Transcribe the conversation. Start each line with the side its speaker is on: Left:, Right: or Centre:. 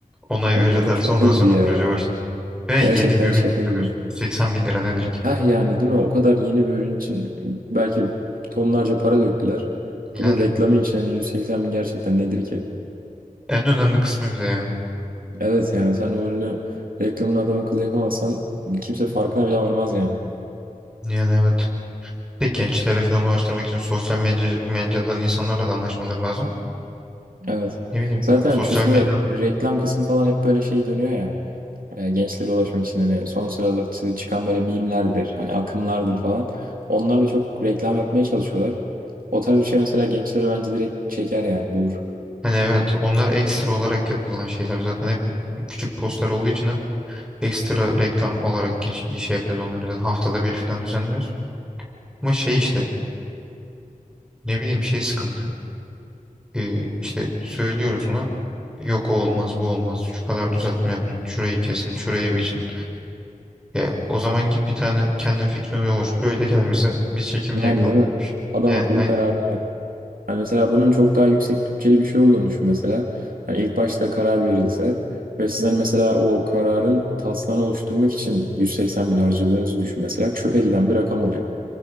Centre: Onay
Right: Allah'ım
Centre: verirlerse
Right: şaka
Centre: ondan
Right: gibi
Centre: sonra
Right: ya.
Centre: proje başlar. Ve yeni
Right: Gerçekten
Centre: bir ürün
Right: şaka
Centre: çıkarıyorsun.
Right: gibi.
Centre: 80 bin lira nedir ki?
Right: Heh yani değil mi? O kadar yeni bir ürün için belki tonlarca para döktüler.
Centre: Yani
Right: Bunun reklamı için hani 180 bin gerçekten nedir ki?
Centre: en önemli kısmı bir de yani.
Right: Evet yani sen o ürünü reklamını adam akıllı yapamazsan kimse farkına bile varmaz yani.
Centre: Yani evet. Bir De gençlere falan ulaştırmak için sosyal medya, medyadan insanlarla da anlaşmaları lazım.
Right: Evet.
Centre: Ne bileyim.
Right: Zaten
Centre: Sosyal
Right: şu sıra
Centre: medyanın bir-
Right: reklam kısmı falan hep böyle şey dönüyor ya. e, gençlere ulaşmak için hani son sıralarda çıkan böyle mimlerdir, hani akımlardır falan. Onlarla çok reklam yapmaya çalışıyorlar. O tarz bir şey mesela gençlere bence direkt çeker yani bulur.
Centre: hani evet onlar ekstra olarak yapılan şeyler zaten hep küçük postlar olduğu için hep ekstra reklam olarak geç, şey yapıyoruz onları da haftada bir falan düzenliyoruz. Ama şey işte ne bileyim şey sıkıntı. Ee, işte söylüyoruz ona yok o olmaz bu olmaz şu kadar düzeltme yapın şurayı kesin şurayı biçin. Ya, o zaman git bir tane kendin fikrini oluştur öyle gel bize biz çekimini
Right: Yani
Centre: yakalım.
Right: değil mi? Adam
Centre: Yani
Right: akıllı
Centre: aynen
Right: kararını ver. Hani mesela bunun çok daha yüksek bütçeli bir şey olduğunu düşün mesela. Hani ilk başta karar verilse ve siz hani mesela o kararın taslağını oluşturmak için 180 bin harcadığınızı düşün mesela çöpe giden bir rakam oluyor.